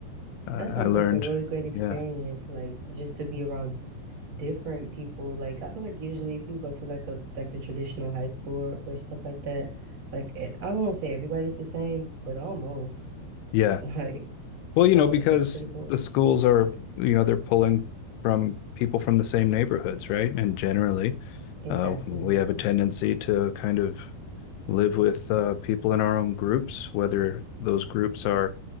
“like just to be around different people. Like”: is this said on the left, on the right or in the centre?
Right